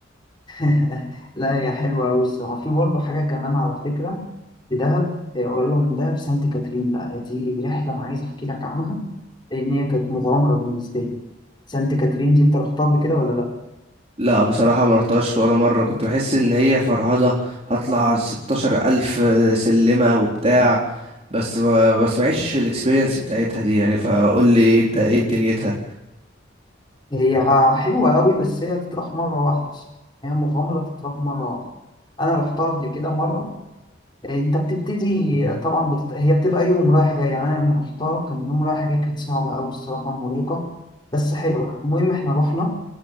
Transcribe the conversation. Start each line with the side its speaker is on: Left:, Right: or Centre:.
Left: <laughs> لا هي حلوه قوي الصراحه في برضه حاجه كمان على فكره في دهب آه، قريبه من دهب سانت كاترين بقى دي رحله انا عايز احكي لك عنها لان هي كانت مغامره بالنسبه لي سانت كاترين دي انت رحتها قبل كده ولا لا
Right: لا بصراحه ما رحتهاش ولا مره كنت بحس ان هي فرهضه هطلع 16000 سلمه وبتاع بس ما بس معيش الاكسبيرينس بتاعتها دي يعني فقول لي انت ايه دنيتها
Left: هي ه- حلوة قوي بس هي تتراح مرة واحدة صح؟ هي مغامرة تتراح مرة واحدة أنا رحتها قبل كده مرة إيه، أنت بتبتدي طبعا بت... هي بتبقى يوم رايح جاي يعني أنا لما رحتها كان يوم رايح جاي كانت صعبة أوي الصراحة مرهقة بس حلوة المهم إحنا رحنا